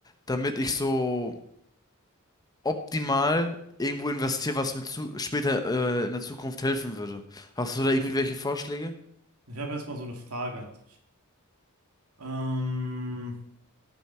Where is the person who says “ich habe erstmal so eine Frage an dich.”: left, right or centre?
Right